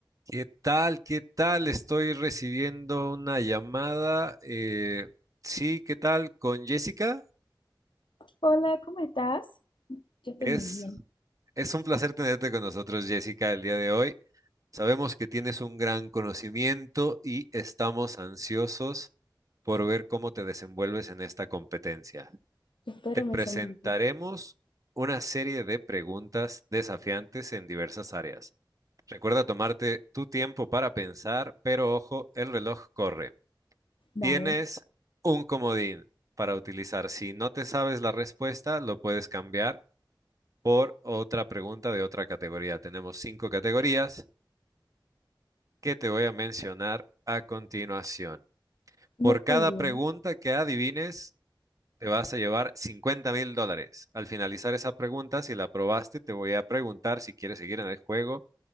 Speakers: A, on the right; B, on the left.
A: ¿Qué tal? ¿Qué tal? Estoy recibiendo una llamada. eh, sí, ¿qué tal? Con Jessica.
B: Hola, ¿cómo estás? Yo estoy
A: Es,
B: muy bien.
A: es un placer tenerte con nosotros, Jessica, el día de hoy. Sabemos que tienes un gran conocimiento y estamos ansiosos por ver cómo te desenvuelves en esta competencia.
B: Espero
A: Te
B: me
A: presentaremos
B: salí.
A: una serie de preguntas desafiantes en diversas áreas. Recuerda tomarte tu tiempo para pensar, pero ojo, el reloj corre.
B: Dale.
A: Tienes un comodín para utilizar. Si no te sabes la respuesta, lo puedes cambiar por otra pregunta de otra categoría. Tenemos cinco categorías que te voy a mencionar a continuación.
B: Muy
A: Por cada
B: bien.
A: pregunta que adivines, te vas a llevar cincuenta mil dólares. Al finalizar esa pregunta, si la aprobaste, te voy a preguntar si quieres seguir en el juego